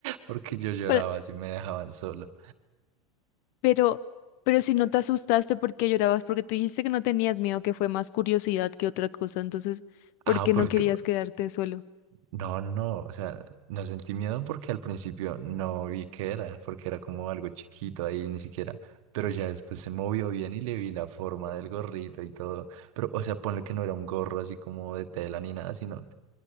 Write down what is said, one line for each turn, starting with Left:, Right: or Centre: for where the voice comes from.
Right: porque yo lloraba
Left: pero,
Right: si me dejaban solo.
Left: Pero, pero si no te asustaste, ¿por qué llorabas? Porque tú dijiste que no tenías miedo, que fue más curiosidad que otra cosa. Entonces, ¿por
Right: Ah,
Left: qué
Right: porque...
Left: no querías quedarte solo?
Right: No, no, no, o sea, no sentí miedo porque al principio no vi qué era, porque era como algo chiquito ahí, ni siquiera, pero ya después se movió bien y le vi la forma del gorrito y todo, pero, o sea, ponle que no era un gorro así como de tela ni nada, sino